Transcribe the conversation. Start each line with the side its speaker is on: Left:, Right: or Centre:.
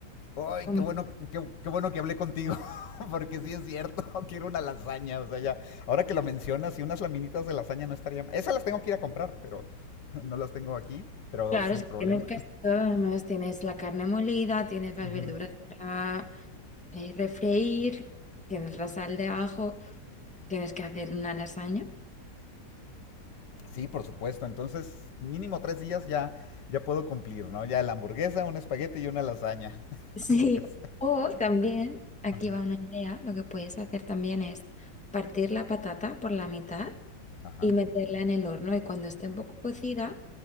Left: Ay,
Centre: Como-
Left: qué bueno, qué, qué bueno que hablé contigo, <laughs> porque sí es cierto, <laughs> quiero una lasaña, o sea, ya, ahora que lo mencionas, y unas laminitas de lasaña no estarían, esas las tengo que ir a comprar, pero <laughs> no las tengo aquí, pero
Centre: claro,
Left: sin
Centre: es que
Left: problema.
Centre: tienes casi todo, además tienes la carne molida, tienes las
Left: Ujú.
Centre: verduras para eh, refreír, tienes la sal de ajo, tienes que hacer una lasaña.
Left: Sí, por supuesto. Entonces, mínimo tres días ya, ya puedo cumplir, ¿no? Ya la hamburguesa, un espagueti y una lasaña. <laughs>
Centre: Sí,
Left: Aunque sea.
Centre: o también, aquí
Left: Ajá.
Centre: va una idea, lo que puedes hacer también es partir la patata por la mitad
Left: Ajá.
Centre: y meterla en el horno y cuando esté un poco cocida,